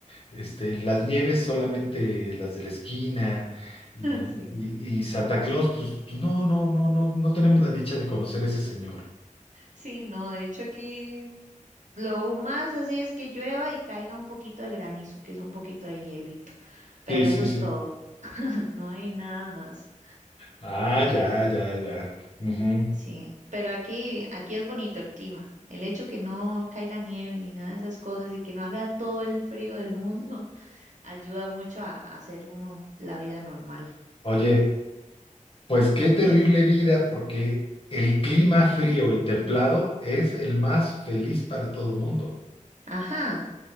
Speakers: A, on the left; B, on the right.
A: este, las nieves solamente las de la esquina, y,
B: Sí.
A: y- y Santa Claus, pues, pues no, no, no, no, no tenemos la dicha de conocer a ese señor.
B: Sí, no, de hecho aquí lo más así es que llueva y caiga un poquito de granizo, que es un poquito de hielito, pero
A: Sí, sí,
B: eso es
A: sí.
B: todo, <laughs> no hay nada más.
A: Ah, ya,
B: Pero
A: ya, ya. Ujú.
B: sí, pero aquí aquí es bonito el clima. El hecho que no caiga nieve ni nada de esas cosas y que no haga todo el frío del mundo <laughs> ayuda mucho a, a hacer uno la vida normal.
A: Oye. Pues qué terrible vida, porque el clima frío y templado es el más feliz para todo mundo.
B: Ajá,